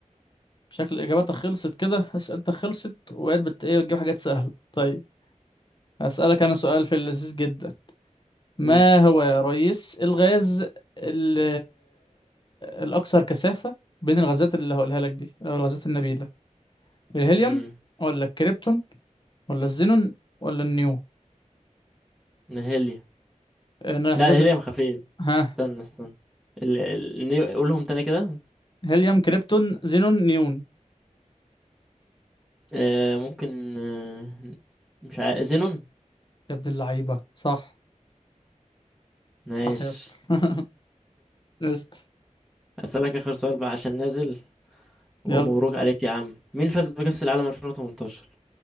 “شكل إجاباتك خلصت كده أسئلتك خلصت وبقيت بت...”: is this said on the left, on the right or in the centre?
Left